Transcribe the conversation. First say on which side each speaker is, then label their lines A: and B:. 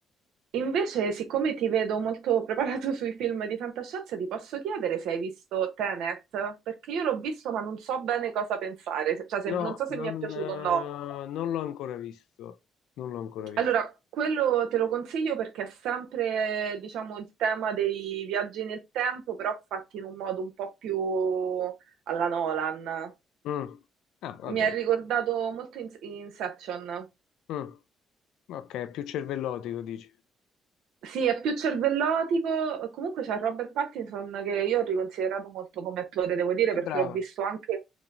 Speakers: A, on the right (about 80°); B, on the left (about 90°).
A: Invece, siccome ti vedo molto preparato <laughs> sui film di fantascienza, ti posso chiedere se hai visto Tenet? Perché io l'ho visto, ma non so bene cosa pensare, se- cioè se-
B: no,
A: non so se
B: non,
A: mi è piaciuto
B: eh,
A: o no.
B: non l'ho ancora visto, non l'ho ancora visto.
A: Allora, quello te lo consiglio perché è sempre, diciamo, il tema dei viaggi nel tempo, però fatti in un modo un po' più alla Nolan.
B: Mm. Ah, vabbè.
A: Mi ha ricordato molto In- Inception.
B: Mm, ok, è più cervellotico, dici.
A: Sì, è più cervellotico. Comunque c'è Robert Pattinson che io ho riconsiderato molto come attore, devo dire,
B: È
A: perché
B: brava.
A: l'ho visto anche.